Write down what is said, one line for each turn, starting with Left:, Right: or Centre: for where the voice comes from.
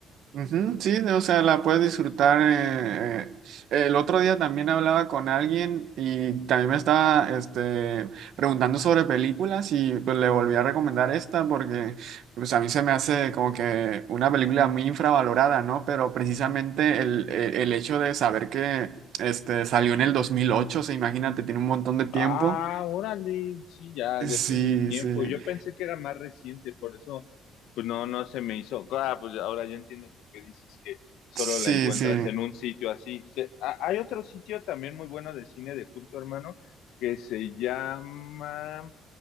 Right: Ujú, sí, o sea, la puedes disfrutar. eh, eh. El otro día también hablaba con alguien y también me estaba este, preguntando sobre películas y pues le volví a recomendar esta porque pues a mí se me hace como que una película muy infravalorada, ¿no? Pero precisamente el, el, el hecho de saber que este, salió en el 2008, o sea, imagínate, tiene un montón de tiempo.
Left: Ah, órale, sí, ya,
Right: Sí,
Left: ya tienen tiempo.
Right: sí,
Left: Yo pensé que era más reciente, por eso, pues no, no se me hizo. Claro, pues ahora ya entiendo por qué dices que solo
Right: sí,
Left: la encuentras
Right: sí.
Left: en un sitio así. Se- ha- hay otro sitio también muy bueno de cine de culto, hermano, que se llama,